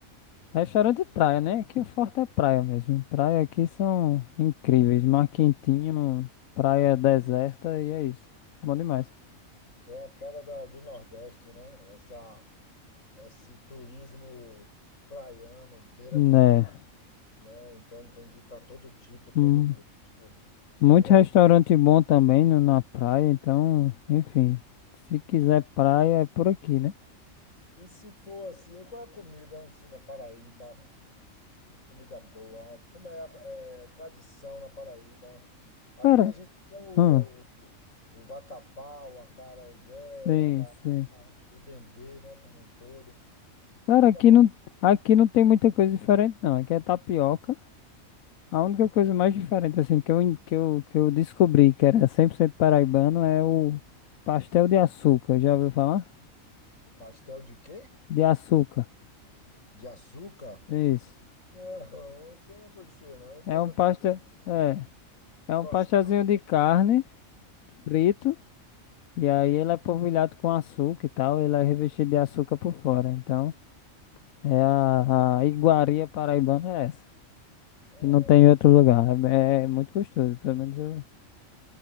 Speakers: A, on the left (about 80°); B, on the left (about 70°).
A: Restaurante de praia, né? Aqui o forte é praia mesmo. Praia aqui são incríveis. Mar quentinho, praia deserta e é isso. Bom demais.
B: é a cara da- do Nordeste, né? Essa, esse turismo praiano, beira
A: Né?
B: de mar, né? Então tem de para todo tipo, todo
A: Hum,
B: gosto.
A: Muito
B: Água.
A: restaurante bom também no- na praia, então, enfim. Se quiser praia, é por aqui, né?
B: E se for assim, qual é a comida assim da Paraíba? Comida boa, como é, a- é, tradição na Paraíba. Aqui
A: Cara,
B: a gente tem o,
A: hum,
B: o, o vatapá, o acarajé,
A: sim,
B: o abará,
A: sim.
B: o dendê, né, como um todo.
A: Cara,
B: E na
A: aqui
B: pa-
A: não, aqui não tem muita coisa diferente, não. Aqui é tapioca. A única coisa mais diferente, assim, que eu, en- que eu, que eu descobri que era 100% paraibano é o pastel de açúcar. Já ouviu falar?
B: pastel de quê?
A: De açúcar.
B: De açúcar?
A: Isso.
B: Não, você não conhecia, não. Eu devo
A: É um
B: até
A: pastel. É. É
B: gostar.
A: um pastelzinho de
B: pô.
A: carne frito. E aí ele é polvilhado com açúcar e tal. Ele é revestido de açúcar por fora. Então, é a, a iguaria paraibana é essa.
B: É,
A: Que não tem em outro lugar. É, é muito gostoso. Pelo menos eu,